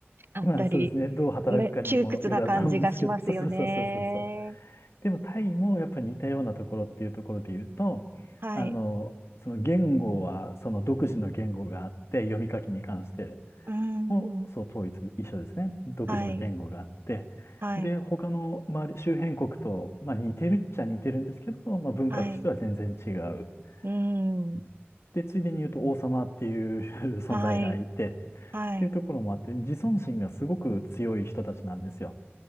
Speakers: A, on the right; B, on the left.
A: あったり、
B: まあ、そうですね。どう働くかにもよらずなんですけど、
A: ね、窮屈な感じがしますよね。
B: そうそうそうそうそうそう。でも、タイもやっぱ似たようなところっていうところで言うと、
A: はい、
B: あの、その言語は、その独自の言語があって、読み書きに関して。
A: うん、
B: もそう統一、一緒ですね。独自の言語があって、
A: はい、はい、
B: で、他の周り、周辺国と、まあ、似てるっちゃ似てるんですけど、まあ、文化としては全然違う。
A: はい、うん、
B: うんで、ついでに言うと王様っていう <laughs> 存在がいて、
A: はい、はい。
B: っていうところもあって、自尊心がすごく強い人たちなんですよ。